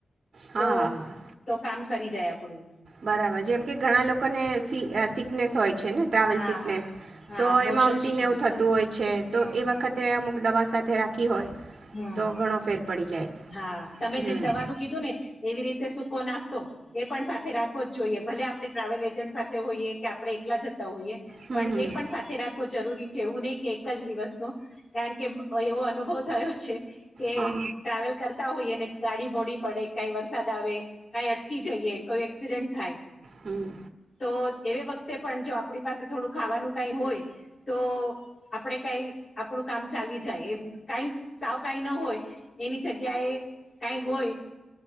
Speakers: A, on the right; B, on the left.
A: હા
B: તો
A: હા હા
B: તો કામ સરી જાય આપડું
A: બરાબર જેમ કે ઘણા લોકોને સી સિકનેસ હોય છે ને ટ્રાવેલ
B: હા
A: સિકનેસ
B: હા હા
A: તો
B: મોશન
A: એમાં ઉલટીને
B: સિકનેસ
A: એવું થતું
B: હા
A: હોય છે
B: હમ
A: તો એ વખત તે અમુક દવા સાથે રાખી હોય
B: હમ
A: તો ઘણો ફેર પડી જાય
B: હા તમે
A: હમ
B: જેમ દવાનું કીધું ને એવી રીતે સૂકો નાસ્તો એ પણ સાથે રાખવો જ જોઈએ ભલે આપણે ટ્રાવેલ એજન્ટ સાથે હોઈએ કે આપણે એકલા જતા હોઈએ
A: હમ
B: પણ
A: હમ
B: એ પણ સાથે રાખ જરૂરી છે એવું નહી કે એક જ દિવસ નો કારણ કે એવો અનુભવ થયો છે કે
A: હા
B: ટ્રાવેલ કરતા હોઈ અને ગાડી મોડી પડે કઈ વરસાદ આવે કઈ અટકી જઈએ કોઈ એક્સિડેન્ટ થાય
A: હમ.
B: તો એ વખતે પણ જો આપણી પાસે થોડું ખાવાનું કાઈ હોય તો આપડે કઈ આપણું કામ ચાલી જાય એમ કઈ સાવ કઈ ન હોય એની જગ્યા એ કઈ હોય